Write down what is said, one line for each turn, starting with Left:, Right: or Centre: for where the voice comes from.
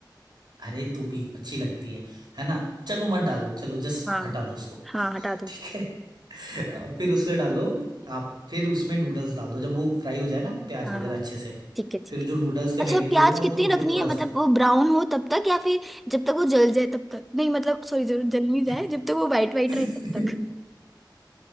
Right: अरे तो भी अच्छी लगती है है ना चलो मत डालो चलो जस्ट
Centre: हाँ
Right: हटा दो उसको
Centre: हाँ हटा दो
Right: ठीक है <laughs> अब फिर उसमें डालो आप फिर उसमें नूडल्स डाल दो जब वो फ्राई हो जाए ना प्याज
Centre: हाँ
Right: वगैरह
Centre: हाँ
Right: अच्छे से
Centre: ठीक है ठीक
Right: फिर
Centre: है
Right: जो नूडल्स थे मैगी
Centre: अच्छा
Right: के
Centre: प्याज
Right: वो डाल
Centre: कितनी
Right: दो उनको
Centre: रखनी
Right: थोड़ा
Centre: है मतलब
Right: सा
Centre: वो ब्राउन हो तब तक या फिर जब तक वो जल जाए तब तक नहीं मतलब सॉरी जल जल नहीं जाए
Right: <laughs>
Centre: जब तक वो वाइट वाइट
Right: <laughs> नहीं
Centre: रहे तब तक